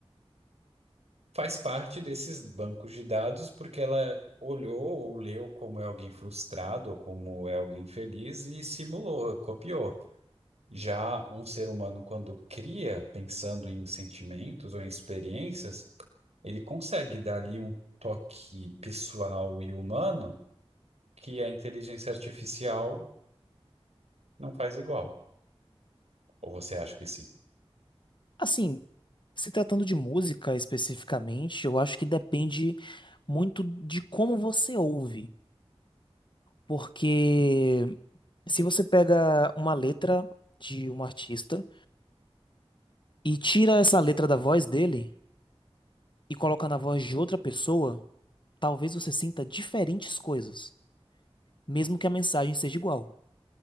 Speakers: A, on the right; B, on the left.
A: faz parte desses bancos de dados porque ela olhou ou leu como é alguém frustrado ou como é alguém feliz e simulou, copiou. Já um ser humano, quando cria, pensando em sentimentos ou em experiências, ele consegue dar ali um toque pessoal e humano que a inteligência artificial não faz igual. Ou você acha que sim?
B: Assim, se tratando de música especificamente, eu acho que depende muito de como você ouve. Porque se você pega uma letra de um artista e tira essa letra da voz dele e coloca na voz de outra pessoa, talvez você sinta diferentes coisas, mesmo que a mensagem seja igual.